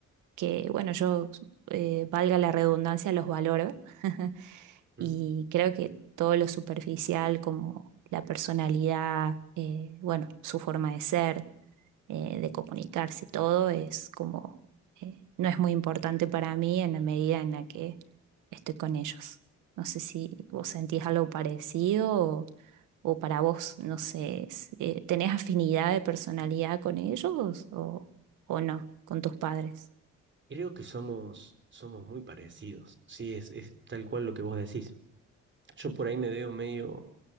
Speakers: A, on the right (about 85°); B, on the right (about 40°).
A: que, bueno, yo, eh, valga la redundancia, los valoro <laughs>
B: Mm,
A: y creo que todo lo superficial como la personalidad, eh, bueno, su forma de ser, eh, de comunicarse, todo es como, eh, no es muy importante para mí en la medida en la que estoy con ellos. No sé si vos sentís algo parecido o, o para vos, no sé, es- eh, ¿tenés afinidad de personalidad con ellos o, o no, con tus padres?
B: Creo que somos, somos muy parecidos. Sí, es, es tal cual lo que vos decís. Yo por ahí me veo medio